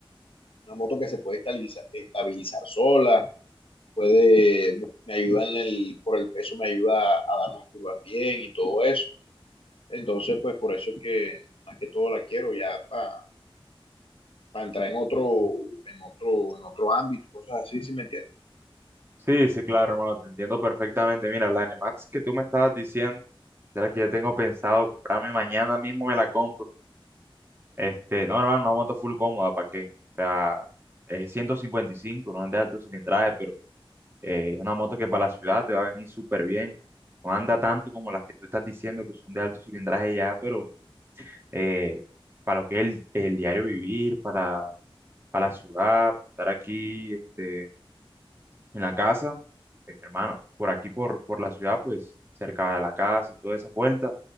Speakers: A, on the left; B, on the right.
A: una moto que se puede estabilizar, estabilizar sola, puede, me ayuda en el, por el peso, me ayuda a, a dar las curvas bien y todo eso. Entonces, pues por eso es que más que todo la quiero ya para pa entrar en otro, en otro, en otro ámbito y cosas así, si ¿sí me entiendes.
B: Sí, sí, claro, hermano, te entiendo perfectamente. Mira, la N Max que tú me estabas diciendo, de la que yo tengo pensado comprarme mañana mismo, me la compro. Este, no, hermano, una moto full cómoda, ¿para qué? O sea, es ciento cincuenta y cinco no es de alto cilindraje, pero eh, es una moto que para la ciudad te va a venir súper bien. No anda tanto como las que tú estás diciendo que son de alto cilindraje ya, pero eh, para lo que es el, el diario vivir, para, para la ciudad, estar aquí este, en la casa, eh, hermano, por aquí, por, por la ciudad, pues cerca de la casa y todas esas vueltas,